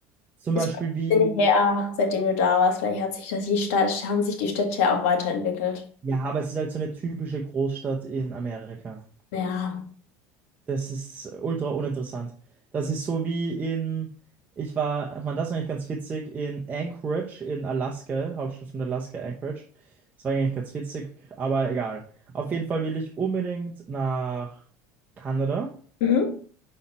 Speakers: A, on the right; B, on the left.
A: Zum
B: Ist
A: Beispiel
B: schon
A: wie,
B: ein bisschen her, seitdem du da warst. Vielleicht hat sich das, die Stadt, haben sich die Städte ja auch weiterentwickelt.
A: ja, aber es ist halt so eine typische Großstadt in Amerika.
B: Ja.
A: Das ist ultra uninteressant. Das ist so wie in, ich war, man, das ist eigentlich ganz witzig, in Anchorage in Alaska, Hauptstadt von Alaska, Anchorage. Das war eigentlich ganz witzig, aber egal. Auf jeden Fall will ich unbedingt nach Kanada
B: Mhm.